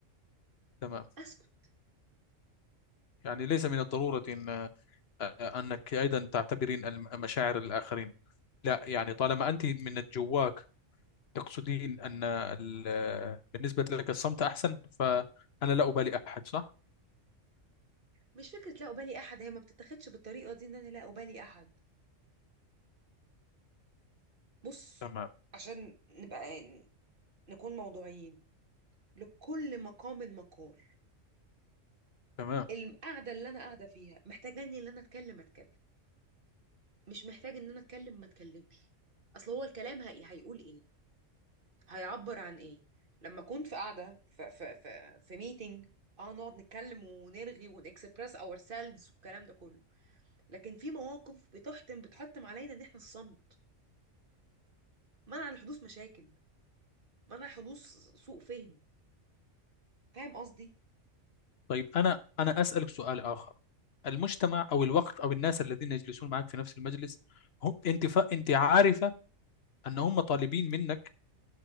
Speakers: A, on the left; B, on the right.
A: تمام
B: اسكت
A: يعني ليس من الضرورة أن آه، أنك أيضا تعتبرين الم- مشاعر الآخرين لا يعني طالما أنت من جواك تقصدين أن ال- آه، بالنسبة لك الصمت أحسن فأنا لا أبالي أحد صح؟
B: مش فكرة لا أبالي أحد هي ما بتتاخدش بالطريقة دي إن أنا لا أبالي أحد بص
A: تمام
B: عشان نبقى نكون موضوعيين لكل مقام مقال
A: تمام
B: القعده اللي انا قاعده فيها محتاجاني ان انا اتكلم اتكلم مش محتاج ان انا اتكلم ما اتكلمش اصل هو الكلام هي... هيقول ايه هيعبر عن ايه لما كنت في قاعده في في في, في ميتنج اه نقعد نتكلم ونرغي ونكسبرس اور سيلفز والكلام ده كله لكن في مواقف بتحتم بتحتم علينا ان احنا الصمت منع لحدوث مشاكل منع حدوث سوء فهم فاهم قصدي
A: طيب أنا أنا أسألك سؤال آخر المجتمع أو الوقت أو الناس الذين يجلسون معك في نفس المجلس هم أنت ف... أنت عارفة أن هم طالبين منك